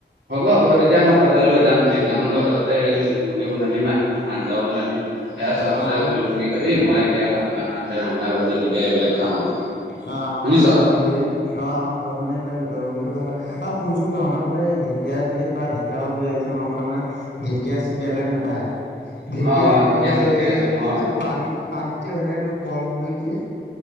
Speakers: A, on the right; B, on the left.
A: হ'ব-হ'ব তেতিয়া মই যাওঁতে লৈ যাম সেইদিনাখন তহঁত তআ'তে মুৰ্গী বনাবি মা- নে আঞ্জাও বনাবি সেয়া চতহৰ
B: আৰু আমাৰ
A: লোকেল
B: মানে
A: মুৰ্গী- খাবি, মই সেয়া মাটিমাহ আ' ৰঙালাও বাজি এনেকে এইবিলাক খাম আৰু।
B: অঁ', আমাৰ
A: শুনিছ?
B: মানে ঘৰ সেই- অঁ', আমাৰ ঘৰত মানে এইবিলাক লোকেল মুৰ্গীটো ভাল পায়। আৰু শুনচোন তহঁতৰ ফালে এই ঢেকীয়া যদি- পায় ঢেকীয়া অপল লৈ আহিবিচোন আমাৰ ফালে মানে ঢেকীয়া-চেকীয়াবিলাক নাপায়। ঢেঁকীয়া
A: অ অ
B: আকৌ
A: ঠিকে আছে ঠিকে
B: এই যে
A: আছে মই
B: এই পানীত-পানীত যে হৈ থাকে এইটো কলমৌ নে কি।